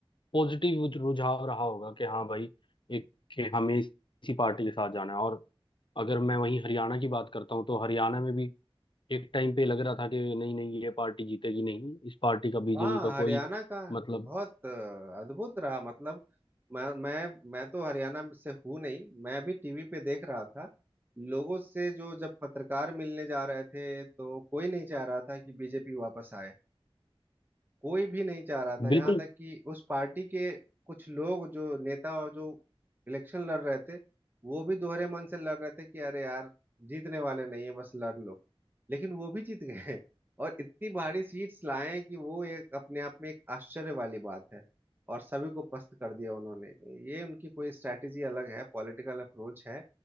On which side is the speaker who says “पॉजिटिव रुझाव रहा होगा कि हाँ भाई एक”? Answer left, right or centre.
Left